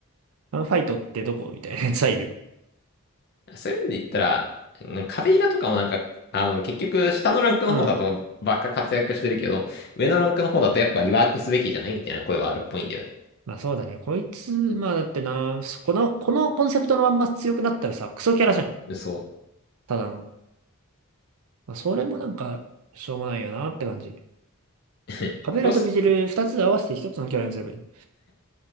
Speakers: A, on the right; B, on the left.
A: ガンファイトってどこみたいな奴はいる。
B: <laughs> そういう面で言ったら、うん壁イラとかもなんか、あの、結局、下のランクの方だとばっか活躍してるけど、
A: うん。
B: 上のランクの方だとやっぱリワークすべきじゃないみたいな声はあるっぽいんだよね。
A: まあそうだね。こいつ、まあだってな、そこの、このコンセプトのまんま強くなったらさ、クソキャラじゃん。
B: そ
A: ただの。まあそれもなんか、しょうもないよなって感じ。
B: う。
A: カベラとビジル二つ合わせて一つのキャラにすればいい。
B: フロス